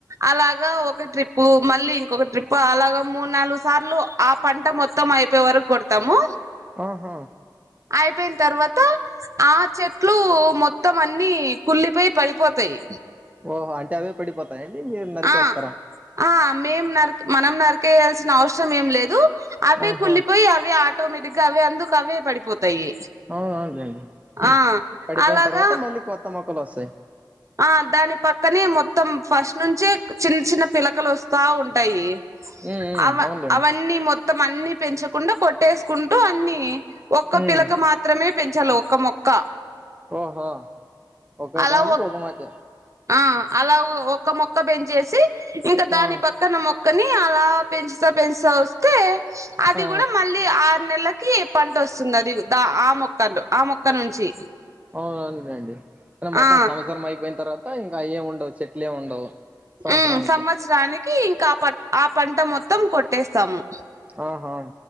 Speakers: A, on the right; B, on the right.
A: అలాగా ఒక ట్రిప్పు మళ్ళీ ఇంకొక ట్రిప్ అలాగా మూడు నాలుగు సార్లు ఆ పంట మొత్తం అయి అయిపోయే వరకు కొడతాము.
B: ఆహా
A: అయిపోయిన తర్వాత ఆ చెట్లు మొత్తం అన్ని కుల్లిపోయి పడిపోతాయి.
B: ఓహో అంటే అవే పడిపోతాయ అండి మీరు నరికేస్తారా
A: ఆ ఆ మేం నరక, మనం నరికేయాల్సిన అవసరం ఏం లేదు. అవే
B: ఆహా
A: కుళ్లిపోయి అవే ఆటోమేటిక్ గా అవే అందుకు అవే పడిపోత్ తాయి
B: అవునవునులేండి
A: ఆ
B: పడిపోయిన
A: అలాగా
B: తర్వాత మళ్ళీ కొత్త మొక్కలు వస్తాయి
A: ఆ దాని పక్కనే మొత్తం, ఫస్ట్ నుంచే చిన్న చిన్న పిలకలు వస్తా ఉంటాయి.
B: ఉమ్ ఉమ్
A: అవ్
B: అవునులేండి
A: అవన్నీ మొత్తం మొత్తం అన్ని పెంచకుండా కొట్టేసుకుంటూ అన్ని ఒక్క
B: ఉమ్
A: పిలక మాత్రమే పెంచాలో ఒక్క మొక్క
B: ఓహో ఒకడానికి
A: అలా ఒక్క
B: ఒక మొచ
A: ఆ అలా ఒక మొక్క పెంచేసి ఇంకా దాని
B: ఆ
A: పక్కన మొక్కని, అలా పెంచుత పెంచుత వస్తె అది
B: ఆ
A: కూడా మళ్ళీ ఆరు నెలలక్ కి పంట వస్తుంది అది దా ఆ మొక్కలు ఆ మొక్క నుంచి
B: అవునం అండి మొత్తం
A: ఆ
B: సంవత్సరం అయిపోయిన తర్వాత ఇంకా అవి ఏమి ఉండవు చెట్లు ఏమి ఉండవు సంవత్సరానికి
A: హ్మ్ సంవత్సరానికి ఇంకా ప ఆ పంట మొత్తం కొట్టేస్తాము
B: ఆహా